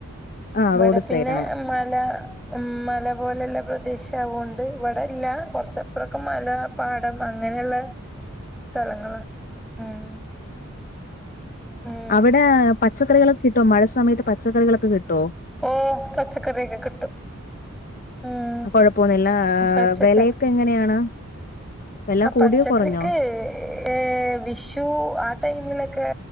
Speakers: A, on the left; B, in the centre.
A: ആഹ്
B: ഇവിടെ
A: റോഡ്
B: പിന്നെ
A: സൈഡാണ്.
B: മല ഉം മല പോലെള്ള പ്രദേശ ആവൊണ്ട് ഇവിടെ അല്ല കുറച്ചപ്പറൊക്കെ മല പാടം അ അങ്ങനെള്ള സ്ഥലങ്ങളും ഉം ഉം
A: അവിടെ പച്ചക്കറികളൊക്കെ കിട്ടോ മഴ സമയത്ത് പച്ചക്കറികളൊക്കെ കിട്ടോ
B: ഓ പച്ചക്കറിക്കെ കിട്ടും ഉം
A: കൊഴപ്പൊന്നില്ല ആ
B: പച്ചക്ക
A: വെലേക്കെ എങ്ങനെയാണ് വെല
B: ആ
A: കൂടിയോ
B: പച്ചക്കറിക്ക്
A: കൊറഞ്ഞോ?
B: ഏ വിഷു ആ ടൈമിലെ ക്കെ